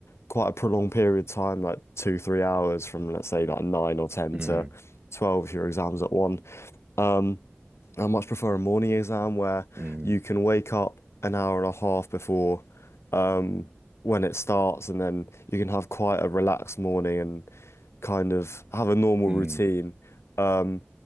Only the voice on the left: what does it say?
quite a prolonged period of time, like two, three hours from let's say like nine or ten
to 12 if your exam's at one. Um, I much prefer a morning exam where
you can wake up an hour and a half before um, when it starts, and then you can have quite a relaxed morning and kind of have a normal
routine. Um,